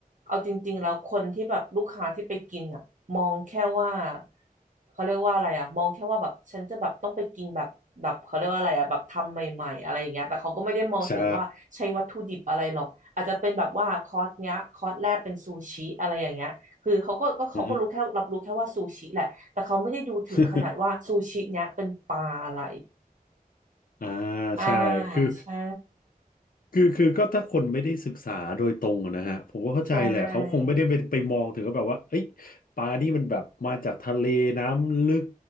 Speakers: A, on the right; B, on the left.
A: เอาจริงๆแล้วคนที่แบบลูกค้าที่ไปกินอะมองแค่ว่าเขาเรียกว่าอะไรอะมองแค่ว่าแบบฉันจะแบบต้องไปกินแบบแบบเขาเรียกว่าอะไรอะแบบทำใหม่ๆอะไรอย่างเงี้ยแต่เขาก็ไม่ได้มองถึงว่าใช้วัตถุดิบอะไรหรอก
B: ใช่
A: อาจจะเป็นแบบว่าคอร์สเนี้ยคอร์สแรกเป็นซูชิอะไรอย่างเงี้ยคือเขาก็ก็เขาก็รู้แค่รับรู้แค่ว่าซูชิแหละ
B: อือฮะ
A: แต่เขาไม่ได้ดูถึงขนาดว่าซูชิเนี้ยเป็นปลาอะไร
B: <laughs> อ่า
A: อ่า
B: ใช่คือ
A: ใช่
B: คือคือก็ถ้าคนไม่ได้ศึกษาโดยตรงอะนะฮะผมก็เข้าใจแหละเขาคงไม่ได้ไปไปมองถึงว่าแบบว่าเอ้ย
A: ใช่
B: ปลานี่มันแบบมาจากทะเลน้ำลึก